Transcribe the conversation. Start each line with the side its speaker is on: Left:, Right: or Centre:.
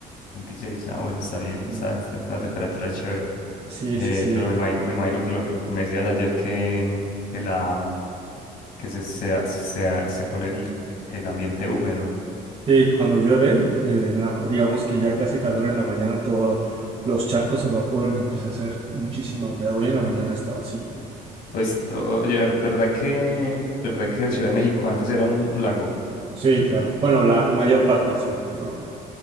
Left: 26, ah bueno, está bien,
Right: Eh,
Left: está, está- está una temperatura chévere,
Right: sí,
Left: Eh,
Right: sí, sí.
Left: pero me imagino, me imagino que lo, que lo que me decías ayer que, que, la, que se, se, se, se pone el, el ambiente húmedo.
Right: Sí, cuando llueve, eh, en la- digamos que ya que hace calor en la mañana, todos los charcos se evaporan y empieza a hacer muchísima humedad. Hoy en la mañana estaba así.
Left: Pues, o- oye, ver- ¿verdad que,
Right: Ah,
Left: verdad que Ciudad de México antes era un, un lago?
Right: sí, claro. Bueno, la mayor parte del Ciudad de México, no la-